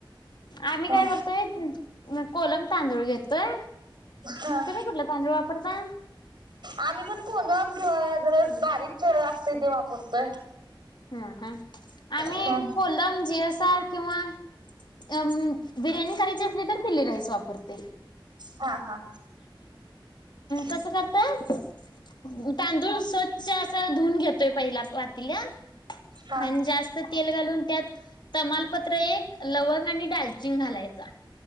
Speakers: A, on the left; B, on the right.
A: आम्ही
B: हा
A: काय करतोय <unintelligible> कोलम तांदूळ घेतोय
B: हा
A: तुम्ही कुठलं तांदूळ वापरता
B: आम्ही पण कोलम किंवा जरा बारीक <unintelligible> असतय ते वापरतोय
A: हम हम आम्ही
B: हा
A: कोलम जी अस किंवा अम बिर्याणी करायची असली तर बिली राईस वापरतोय
B: हा हा <inaudible>
A: कसं करताय तांदूळ स्त अस अस धुऊून घेतोय पहिला वातीला
B: हा हा
A: आणि जास्त तेल घालून त्यात तमालपत्र एक लवंग आणि डालचिंग घालायचा